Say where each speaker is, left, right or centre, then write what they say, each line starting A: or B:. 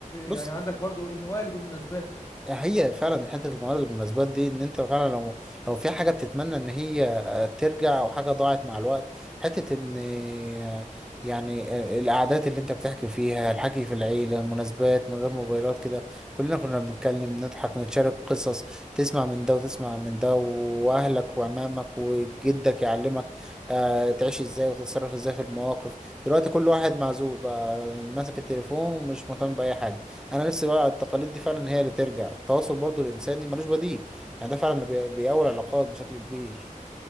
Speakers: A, in the centre; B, on the left.
A: بص
B: يعني عندك برضو الموالد والمناسبات
A: هي فعلا حته الموارد والمناسبات دي ان انت فعلا لو لو في حاجه بتتمنى ان هي آه، ترجع او حاجه ضاعت مع الوقت حته ان آه، يعني آه، القعدات اللي انت بتحكي فيها الحكي في العيله المناسبات من غير موبايلات كده كلنا كنا بنتكلم نضحك نتشارك قصص تسمع من ده وتسمع من ده واهلك وعمامك وجدك يعلمك آه، تعيش ازاي وتتصرف ازاي في المواقف دلوقتي كل واحد معزول بقى ماسك التليفون ومش مهتم باي حاجه انا نفسي بقى التقاليد دي فعلا هي اللي ترجع التواصل برضو الانساني ملوش بديل يعني ده فعلا اللي بي- بيقوي العلاقات بشكل كبير